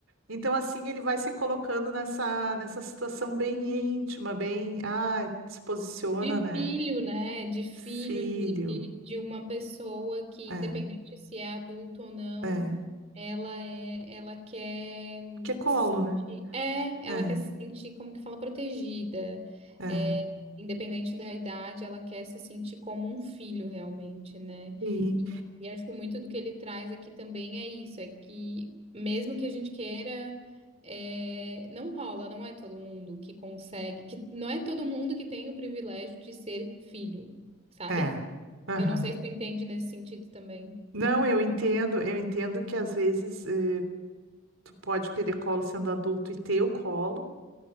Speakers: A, on the right; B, on the right.
A: Então, assim, ele vai se colocando nessa, nessa situação bem íntima, bem. Ah, se posiciona,
B: De
A: né?
B: filho, né? De filho
A: Filho.
B: de, de uma pessoa que, independente
A: É,
B: se é adulto ou não,
A: é.
B: ela é, ela quer
A: Porque é colo,
B: se sentir,
A: né?
B: é,
A: É,
B: ela quer se sentir, como que fala, protegida.
A: é.
B: É, independente da idade, ela quer se sentir como um filho realmente, né?
A: Sim.
B: E, e acho que muito do que ele traz aqui também é isso, é que mesmo que a gente queira é, não rola, não é todo mundo que consegue, que não é todo mundo que tem o privilégio de ser filho, sabe?
A: É. Aham.
B: Eu não sei se tu entende nesse sentido também.
A: Não, eu entendo, eu entendo que às vezes. eh, Tu pode querer colo sendo adulto e ter o colo,